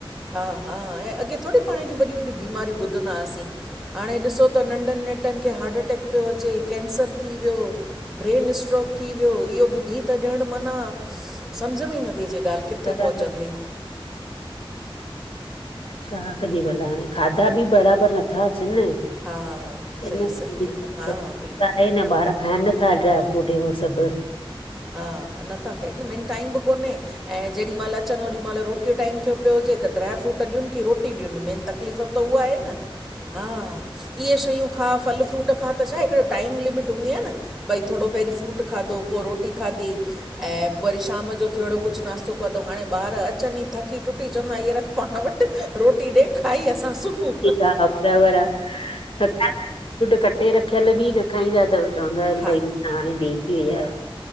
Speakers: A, in the centre; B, on the left.
A: हा -हा, ऐं अॻे थोड़ी पांण एॾियूं वॾियूं -वॾियूं बीमारियूं ॿुधंदा हासीं। हाणें ॾिसो त नंढनि नेटनि खे हार्टअटैक पियो अचे, कैंसर थी वियो ब्रेन स्ट्रोक थी वियो, इह्यो ॿुधी त ॼणु माना सम्झ में ई नथी अचे ॻाल्हि। कित्थे
B: बराबरि
A: पहुचंदी?
B: छा कजे भला हाणें, खाधा बि बराबरि नत्था अचनि न
A: हा
B: इन
A: सही-सही
B: करे
A: आ, हा
B: सभु
A: बिल्कुलु।
B: आहे न ॿार खाइनि नत्था ड्राय- फ्रूट हे हो सभु।
A: हा नथा खाइन न, मेन टाइम बि कोन्हे। ऐं जेॾीमहिल अचनि ओॾी महिल रोटी जो टाइम थियो पियो हुजे, त ड्र फ्रूट ॾियुनि, की रोटी ॾियुनि मेन त तकलीफ़ त उहा हे न, हा। इह्ये शयूं खा, फल फ्रूट खा, त छाहे हिकिड़ो टाइम लिमिट हुंदी आ न? भई थोड़ो पहिरीं फ्रूट खाधो, पो रोटी खाधी। ऐं वरी शाम जो थियो अहिड़ो कुछु नास्तो खादंउं, हाणे ॿार अचनि ई थकी टुटी, चवंदा इह्ये रखु। पांण वटि रोटी ॾे खाई असां सुम्हूं।
B: हा बराबरि आ, सलाद अंएं फ्रुट कटे रखियल बि न खाईंदा तव चवंदा हिनि
A: हा
B: भई न हाणे देर थी वई आ।